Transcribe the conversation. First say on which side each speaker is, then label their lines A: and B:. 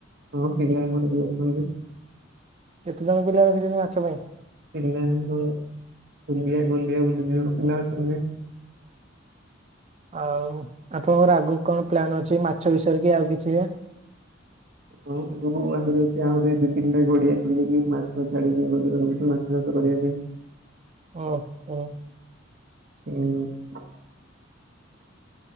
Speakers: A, on the right; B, on the right.
A: ହଁ ପିଲା ଆମର ବି ଅଛନ୍ତି
B: କେତେ ଜଣ ପିଲା ରଖିଛନ୍ତି ମାଛ ପାଇଁ
A: ପିଲା ଆମର ଗଲିଆ ଗୁଲିଆ ବୋଲି ଦି ଜଣ ପିଲା ଅଛନ୍ତି
B: ଆଉ ଆପଣଙ୍କର ଆଗକୁ କଣ ପ୍ଲାନ୍ ଅଛି ମାଛ ବିଷୟରେ କିି ଆଉ କିଛି ରେ
A: ହଁ ଆଗକୁ ଆହୁରି ଆହୁରି ଦି ତିନିଟା ଗଡିଆ ଖୋଲିକି ମାଛ ଛାଡିବି ବୋଲି ଭାବୁଛି ମାଛ କରିବା ପାଇଁ
B: ଓ ହୋ
A: ହୁଁ